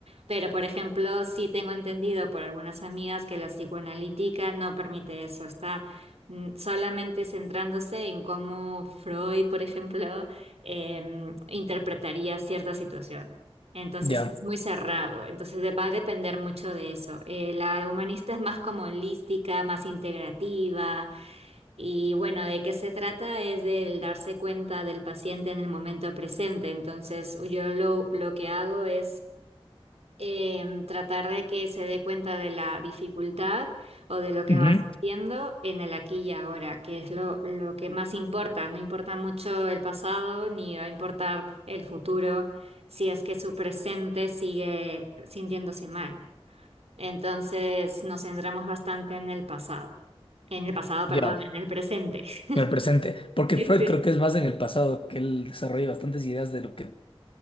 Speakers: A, on the right (about 75°); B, on the left (about 60°).
A: Pero, por ejemplo, sí tengo entendido por algunas amigas que la psicoanalítica no permite eso, está mm, solamente centrándose en cómo Freud, por ejemplo, <laughs> em, interpretaría cierta situación. Entonces
B: Ya.
A: es muy cerrado, entonces de- va a depender mucho de eso. Eh, la humanista es más como holística, más integrativa y bueno, de qué se trata es del darse cuenta del paciente en el momento presente. Entonces yo lo, lo que hago es em, tratar de que se dé cuenta de la dificultad o de lo que
B: Ujú.
A: va sintiendo en el aquí y ahora, que es lo, lo que más importa. No importa mucho el pasado ni va a importar el futuro si es que su presente sigue sintiéndose mal. Entonces nos centramos bastante en el pasado, en el pasado, perdón,
B: Ya.
A: en el presente. <laughs>
B: En el presente. Porque
A: sí
B: Freud
A: sí
B: creo que es más en el pasado, que él desarrolla bastantes ideas de lo que